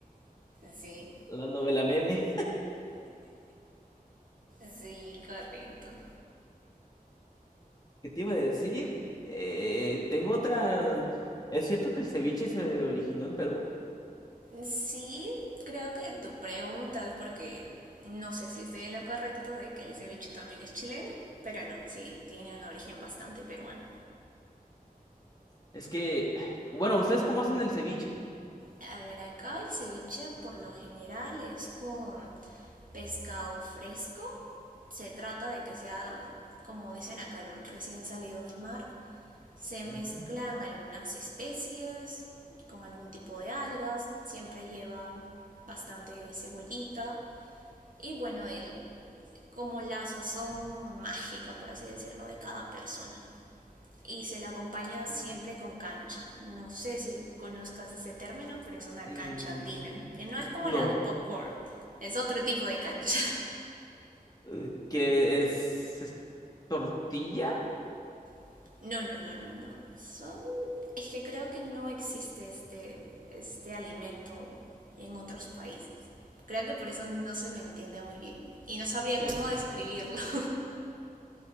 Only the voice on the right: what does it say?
<laughs> sí.
Sí, correcto.
Sí, creo que tu pregunta, porque no sé si estoy en lo correcto de que el ceviche también es chileno, pero no, sí, tiene un origen bastante peruano.
A ver, acá el ceviche por lo general es con pescado fresco. Se trata de que sea, como dicen acá, ¿no? recién salido del mar. Se mezclan
algunas especies con algún tipo de algas. Siempre lleva bastante cebollita y bueno, el, como la sazón mágica, por así decirlo, de cada persona. Y se la acompaña siempre
con cancha. No sé si conozcas ese término, pero es una
cancha andina, que no es como
la de popcorn, es otro tipo de cancha.
<laughs> no, no, no, no, no. Son... Es que creo que no existe este, este alimento en otros países. Creo que por eso no se me entiende muy bien y no sabría
cómo describirlo. <laughs>